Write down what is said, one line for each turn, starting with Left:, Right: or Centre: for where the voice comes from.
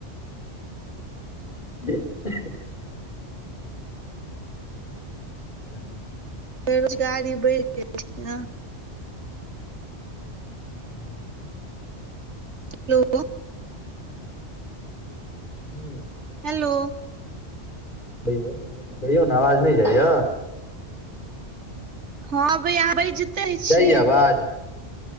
Left: <inaudible> <inaudible>
Right: बेरोजगारी बढ़ि गेल छै न
Left: हूँ
Right: हेलो
Left: हूँ
Right: हेलो
Left: <unintelligible> कहियो न अवाज नइ जाइय
Right: हँ आबैया आहा बइजते छियै
Left: जाइया आवाज